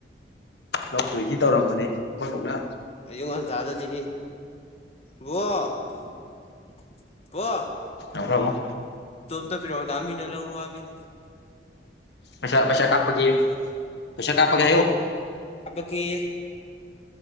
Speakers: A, on the left; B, on the left.
A: ꯄꯨꯞ ꯇꯣꯏꯒꯤ ꯇꯧꯔꯝꯕꯅꯤ ꯑꯩꯈꯣꯏ ꯐꯥꯎꯅ
B: ꯑ ꯉꯁ ꯊꯗꯗꯤ ꯕꯣ <inaudible> ꯀꯣ
A: ꯑꯕ <unintelligible> <inaudible>
B: ꯄꯣꯗꯥꯝꯕꯤ ꯅ ꯂꯧꯔꯑꯣ ꯍꯥꯤ
A: ꯄꯩꯁꯥ ꯄꯩꯁꯥ ꯀꯥꯄꯀꯤ ꯇꯁ ꯀꯥꯄꯒꯦꯌꯣ
B: ꯀꯦ